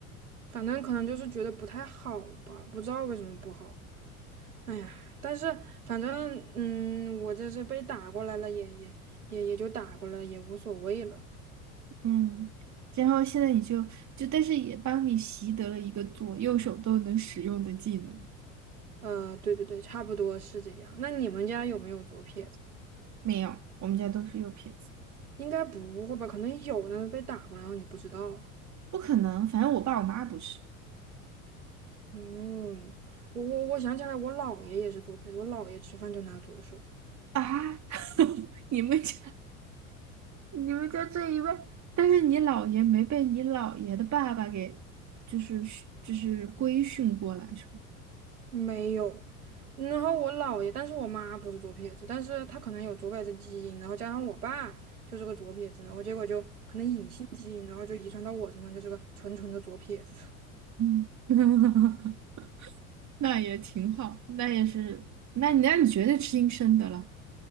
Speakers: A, on the right; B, on the right.
A: 反正可能就是觉得不太好吧，不知道为什么不好。哎呀，但是反正嗯，我这是被打过来了，也也也也就打过来了，也无所谓了。
B: 嗯，然后现在你就就但是也帮你习得了一个左右手都能使用的技能。
A: 呃，对对对，差不多是这样。那你们家有没有左撇子？
B: 没有，我们家都是右撇子，
A: 应该不会吧？可能有呢，被打过，然后你不知道。
B: 不可能，反正我爸我妈不是
A: 嗯，我我我想起来，我姥爷也是左撇子，我姥爷吃饭就拿左手，
B: 啊。<laughs> 你们家你们家这一位，但是你姥爷没被你姥爷的爸爸给就是就是规训过来是吧？
A: 没有。然后我姥爷，但是我妈不是左撇子，但是她可能有左撇子基因，然后加上我爸就是个左撇子，然后结果就可能隐性基因，然后就遗传到我身上，就是个纯纯的左撇子。<laughs>
B: 嗯，<laughs> 那也挺好，那也是，那你那你绝对吃亲生的了。